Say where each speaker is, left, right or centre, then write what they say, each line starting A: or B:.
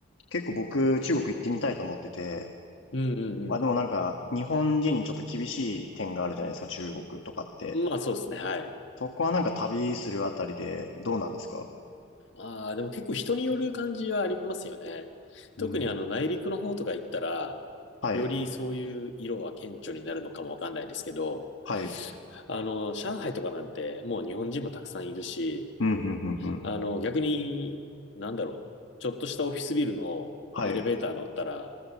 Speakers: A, on the left; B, on the left.
A: 結構僕、中国行ってみたいと思ってて、
B: うんうん
A: まあでもなんか、日本人にちょっと厳しい点があるじゃないですか、中国とかって。
B: うん。まあそうですね、はい。
A: そこはなんか旅するあたりで、どうなんですか
B: ああ、でも結構人による感じはありますよね。
A: うん。
B: 特にあの内陸の方とか行ったら、
A: はい、
B: よりそういう色は顕著になるのかもわかんないですけど、
A: はい、
B: あの、上海とかなんて、もう日本人もたくさんいるし、
A: うん、うん、うん、うん。
B: あの、逆に、なんだろう、ちょっとしたオフィスビルのエレベーター乗ったら、
A: はい。